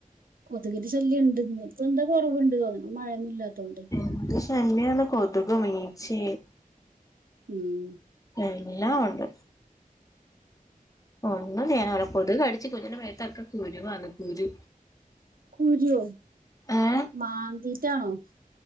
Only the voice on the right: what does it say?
കൊതുകിന്റെ ശല്യം ഇണ്ട് ഇന്ന് ഇപ്പൊ എന്തോ കൊറവ്ണ്ട് തോന്ന്ണ് ഇന്ന് മഴയൊന്നും ഇല്ലാത്തോണ്ട്
ഉം
കുരുവോ
മാന്തിറ്റാണോ